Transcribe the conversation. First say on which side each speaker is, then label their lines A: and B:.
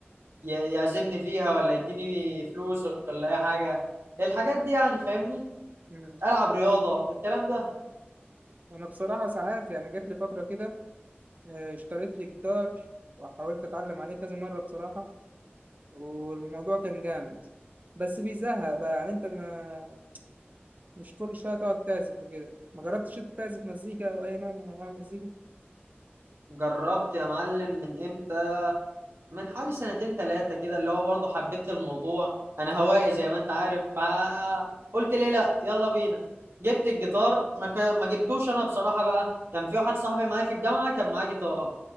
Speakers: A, on the right; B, on the right.
A: ي- يعزمني فيها ولا يديني فلوس ولا اي حاجه الحاجات دي يعني فاهمني
B: مم.
A: العب رياضه الكلام ده
B: أنا بصراحة ساعات يعني جات لي فترة كده آه، اشتريت لي جدار وحاولت أتعلم عليه كذا مرة بصراحة والموضوع كان جامد بس بيزهق بقى يعني انت ما مش كل شويه تقعد تعزف وكده ما جربتش انت تعزف مزيكا او اي نوع من انواع المزيكا
A: جربت يا معلم من امتى من حوالي سنتين ثلاثة كده اللي هو برضه حبيت الموضوع أنا هوائي زي ما أنت عارف فقلت ليه لأ يلا بينا جبت الجيتار ما, ك... ما جبتوش أنا بصراحة بقى كان في واحد صاحبي معايا في الجامعة كان معاه جيتار